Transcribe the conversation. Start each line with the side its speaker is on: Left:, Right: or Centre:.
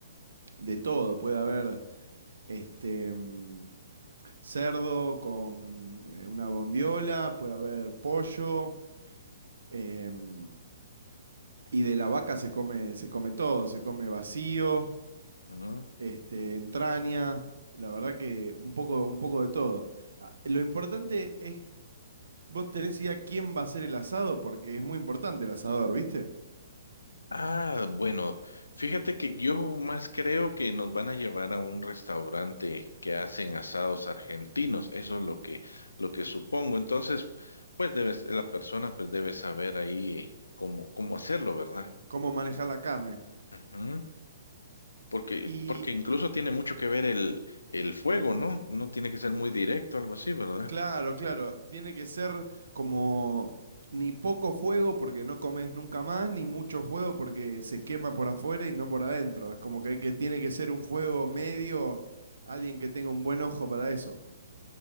Right: de todo, puede haber este mm, cerdo con eh, una bondiola, puede haber pollo, em, y de la vaca se come, se come todo, se come vacío,
Left: Ah,
Right: este, entraña, la verdad que un poco, un poco de todo. Ah, Lo importante es, vos tenés idea quién va a hacer el asado, porque es muy importante el asador, ¿viste?
Left: Ah, bueno, fíjate que yo más creo que nos van a llevar a un restaurante que hacen asados argentinos, eso es lo que, lo que supongo. Entonces, pues debes, la persona pues debe saber ahí cómo, cómo hacerlo, ¿verdad?
Right: Cómo manejar la carne.
Left: Ujú. Porque,
Right: Y
Left: porque incluso tiene mucho que ver el, el fuego, ¿no? No tiene que ser muy directo, algo así, ¿verdad?
Right: Claro, claro. Tiene que ser como ni poco fuego porque no comes nunca más, ni mucho fuego porque se quema por afuera y no por adentro. Es como que, hay que tiene que ser un fuego medio, alguien que tenga un buen ojo para eso.